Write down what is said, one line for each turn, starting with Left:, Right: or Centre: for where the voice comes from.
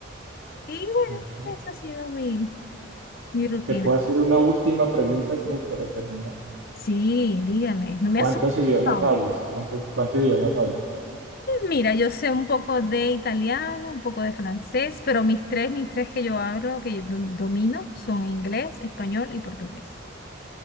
Left: Y bueno,
Right: Ok.
Left: esa ha sido mi, mi rutina.
Right: Te puedo hacer una última pregunta como para terminar.
Left: Sí, dígame, no me
Right: ¿Cuántos
Left: asuste,
Right: idiomas
Left: por favor.
Right: hables? ¿Cuántos, cuántos idiomas hables?
Left: Mira, yo sé un poco de italiano, un poco de francés, pero mis tres, mis tres que yo hablo, que yo do- domino, son inglés, español y portugués.